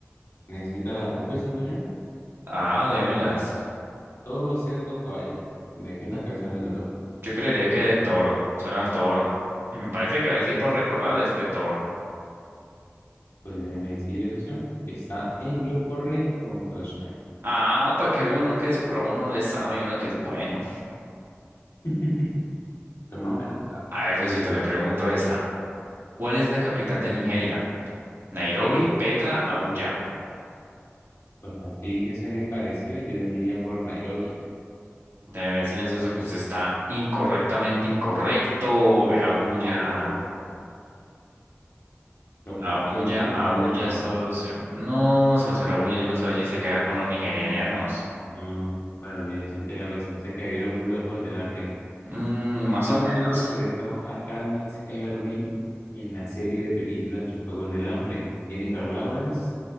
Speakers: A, on the left; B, on the right.
A: ¿Necesita las respuestas, ¿no, John?
B: Ah, démelas.
A: Toro, cerdo, caballo. ¿De qué es
B: Mm.
A: la cabeza del Minotauro?
B: Yo creería que de toro. Suena a toro. Y me parece que a decir por recordar es de toro.
A: Pues déjeme decirle, ¿no, John, que está en lo correcto, ¿no, John.
B: Ah, para que vea uno que es pro, uno le sabe, uno que es bueno.
A: <laughs> Pues más o menos.
B: A ver, Sosito, le pregunto esta. ¿Cuál es la capital de Nigeria? Nairobi, Petra, Abuya.
A: Pues así que suene parecido, yo me iría por Nairobi.
B: Déjeme decirles eso que usted está incorrectamente incorrecto. Era Abuya.
A: No, ¿Pero
B: Abuya,
A: por qué? Que
B: Abuya,
A: pongan así
B: socio. No, socio, era Abuya. Yo no sé, allí se queda con los nigerianos.
A: No. Bueno, mira, siente la vez. Se cayó los los Juegos del Hambre.
B: Mm, más
A: ¿Quién
B: o menos.
A: interpretó a Katniss Everdeen en la serie de películas Los Juegos del Hambre? ¿Jennifer Lawrence?